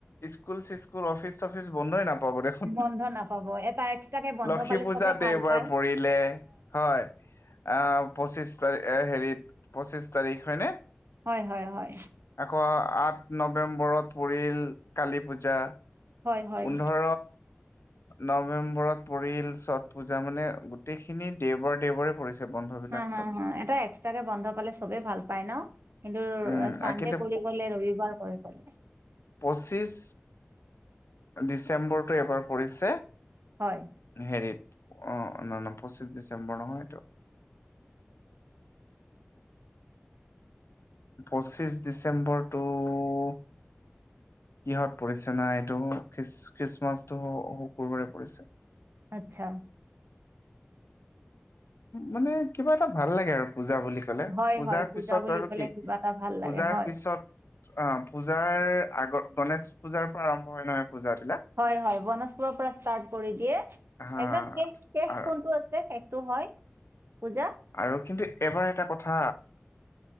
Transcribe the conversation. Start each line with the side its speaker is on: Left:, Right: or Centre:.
Left: স্কুল চিকুল অফিচ চফিচ বন্ধই নাপাব। দেখোন
Right: বন্ধ নাপাব। এটা এক্সট্ৰাকে বন্ধ
Left: লক্ষী
Right: পালে
Left: পূজাত
Right: চবেই
Left: দেওবাৰ
Right: ভাল পায়।
Left: পৰিলে হয়। আহ পঁচিছ তাৰিখ হেৰিত পঁচিছ তাৰিখ হয়নে।
Right: হয়, হয়, হয়।
Left: এশ আঠ নৱেম্বৰত পৰিল কালী পূজা।
Right: হয়, হয়,
Left: পোন্ধৰ নৱেম্বৰত পৰিল ছট পূজা মানে গোটেইখিনি দেওবাৰে দেওবাৰে পৰিছে বন্ধ বিলাক
Right: হম, হম,
Left: চব
Right: হম এটা এক্সট্ৰাকে বন্ধ পালে চবে ভাল পায় ন। কিন্তু
Left: উম
Right: চানডে
Left: কিন্তু
Right: পৰিল গ'লে ৰবিবাৰ কৈ গ'লে।
Left: পঁচিছ ডিচেম্বৰটো এবাৰ পৰিছে
Right: হয়,
Left: হেৰিত। আহ ন না পঁচিছ ডিচেম্বৰ নহয়টো। পঁচিশ ডিচেম্বৰটো কিহত পৰিছে না এইটো খ্ৰী খ্ৰীষ্টমাছটো শুকুৰবাৰে পৰিছে।
Right: আচ্ছা।
Left: মানে কিবা এটা ভাল লাগে আৰু পূজা বুলি কলে
Right: হয়,
Left: পূজাৰ
Right: হয়। পূজা
Left: পিছত
Right: বুলি
Left: আৰু
Right: ক'লে
Left: কি
Right: কিবা এটা ভাল লাগে।
Left: পূজাৰ
Right: হয়,
Left: পিছত অ' পূজাৰ আগৰ গণেশ পূজাৰ পৰা আৰম্ভ হয় নহয় পূজাত।
Right: হয়, হয় গনেশপুৰৰ পৰা ষ্টাৰ্ট কৰি দিয়ে।
Left: হা
Right: একদম শেষ শেষ
Left: আৰু
Right: কোনটো আছে শেষটো হয় পূজা।
Left: আৰু কিন্তু এবাৰ এটা কথা